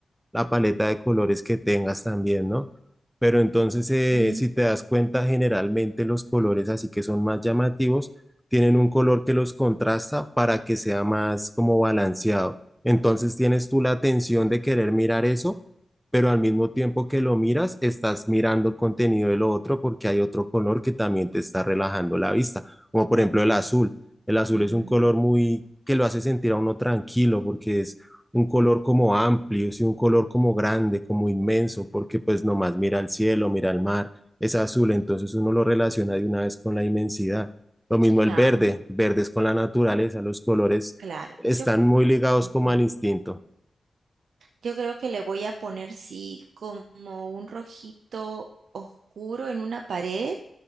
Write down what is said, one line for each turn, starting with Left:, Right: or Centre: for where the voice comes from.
Centre: la paleta de colores que tengas también, ¿no? Pero entonces, eh,
Right: Mm,
Centre: si te das cuenta, generalmente los colores así que son más llamativos tienen un color que los contrasta para que sea más como balanceado. Entonces tienes tú la atención de querer mirar eso, pero al mismo tiempo que lo miras, estás mirando el contenido de lo otro porque hay otro color que también te está relajando la vista, como por ejemplo el azul. El azul
Right: ah,
Centre: es un color muy que lo hace sentir a uno tranquilo porque es un color como amplio, sí, un color como grande, como inmenso, porque pues nomás mira al cielo, mira al mar, es azul, entonces uno lo relaciona de una vez con la inmensidad. Lo mismo
Right: claro,
Centre: el verde, verde es con la naturaleza, los colores
Right: claro.
Centre: están
Right: Yo,
Centre: muy ligados como
Right: ujú.
Centre: al instinto.
Right: yo creo que le voy a poner, sí, como un rojito oscuro en una pared